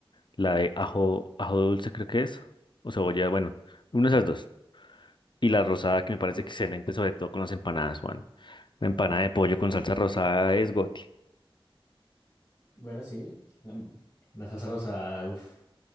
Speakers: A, on the left (about 55°); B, on the left (about 30°).
A: la de ajo, ajo dulce creo que es, o cebolla, bueno, una de esas dos. Y la rosada que me parece excelente, sobre todo con las empanadas, Juan. Una empanada de pollo con salsa rosada es goti.
B: Bueno, sí. am- La salsa rosa, uff.